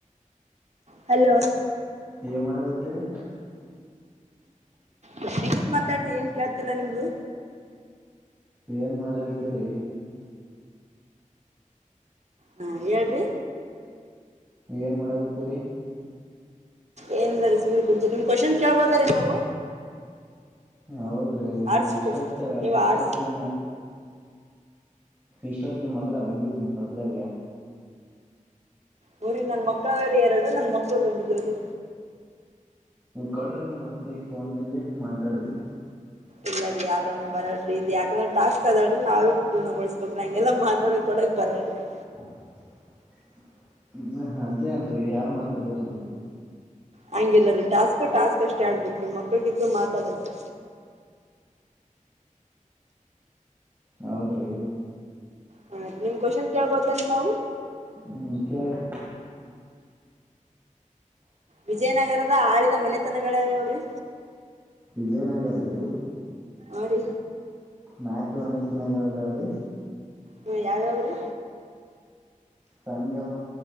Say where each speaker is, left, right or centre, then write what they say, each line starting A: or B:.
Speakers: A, on the right; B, on the right.
A: ಹಲೋ
B: ಏ ಮಾಡ ಹತರಿ
A: ಹ ನಿಗಿತ್ ಮಾತಾಡ್ರಿ ಏನ್ ಕೇಳ್ತಿಲ್ಲಾ ನಿಮ್ದು
B: ಏನ್ ಮಾಡ್ಲಗತಿೇರಿ
A: ಹಾ ಹೇಳ್ರಿ
B: ಏನ್ ಮಾಡ ಬಿತ್ತೀರಿ
A: ಏನ್ಂದಾರ ಸ ಕುಂಂತ ನಿಮ್ ಕ್ವಷನ್ ಕೇಳ್ಬದ ರೀ ನಾವು
B: ಹೌದ್ರಿ
A: ಆರ್ಟ್ಸ್
B: ಇಷ್ಟೊತ್ತ
A: ನೀವ್
B: ಇಷ್ಟೊತ್ತ
A: ಆರ್ಟ್ಸ್
B: ಇಷ್ಟೊತ್ ನಿಮ್ ಮಗಳ ಬಂದಿದ್ ನಿಮ್ ಪಕ್ಕದಾಗ
A: ಹಊರ ನನ್ ಮಕ್ಳ್ರ ಎರಡು ನನ್ ಮಕ್ಳ ಬಂದಿದ್ದವ್ರಿ
B: ಕೊಡ್ರಿ ನೀವು್ ಮಕ್ಳಿಗೆ ಫೋನ್ಲ್ಲಿ ಮಾತಾಡ್ತಿವಿ.
A: ಇಲ್ಲರೀ ಅ ಆದಂಗ ಬರಡ್ರಿ ಇದು ಯಾಕಂದ್ರೆ ಟಾಸ್ಕ್ ಅದಾವಡ್ರ ನಾವೇ ಗುಣಗೊಳಸ್ಬೇಕಕ್ ಹಂಗೆಲ್ಲ ಮಾತಾಡಕ್ ಕೊಡಕ್ ಬರಡರಿ
B: <unintelligible> ಹ್ಮ್ ಅದೇ ನ್ರಿ ಯಾರ್ ಮಾತಾಡಿದ್ರಿ ನಡಕ್ಕೆ
A: ಹಂಗಗೆಿಲ್ಲ ರೀ ಟಾಸ್ಕ್ ಟಾಸ್ಕ್ ಅಷ್ಟೇ ಆಡ್ಬೇಕ್ರಿ ಮಕ್ಳಗಿತ್ತು ಮಾತಾಡದ
B: ಹೌದ್ರೀ
A: ಹ ನಿಮ್ ಕ್ವನ್ ಕೇಳ್ಬೋದ ರೀ ನಾವು
B: ಹ್ಮ್ ಕೇಲ್ ರೀ
A: ವಿಜಯನಗರದ ಆಡಿದ ಮನೆತನಗಳೇ ಅವ್ರಿ
B: ಈಜಯನಗರೀ
A: ಆ ರೀ
B: ನಾಲ್ಕು ವನೆತನಗಳದಾವ ರೀ
A: ಹ ಯ್ದಾವರು
B: ಸಂಗಮ